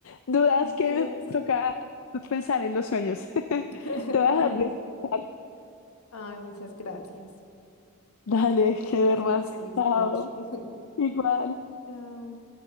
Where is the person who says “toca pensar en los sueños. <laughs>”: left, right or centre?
Left